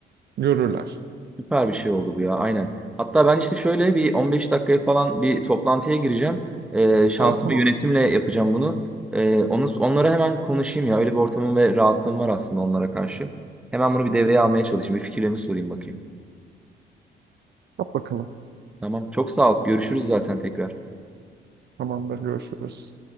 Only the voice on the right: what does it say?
görürler.
Aa, tamam
yap bakalım
tamamdır görüşürüz.